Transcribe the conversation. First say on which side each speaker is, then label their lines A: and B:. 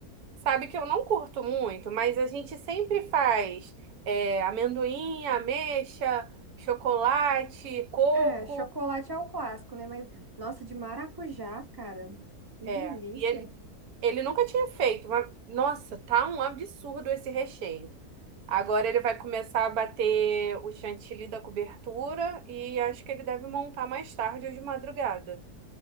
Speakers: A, on the right; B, on the right.
A: Sabe que eu não curto muito, mas a gente sempre faz é, amendoim, ameixa, chocolate, coco.
B: É, chocolate é o clássico, né? Mas, nossa, de maracujá, cara, que
A: É,
B: delícia.
A: e ele, ele nunca tinha feito, mas nossa, tá um absurdo esse recheio. Agora ele vai começar a bater o chantilly da cobertura e acho que ele deve montar mais tarde ou de madrugada.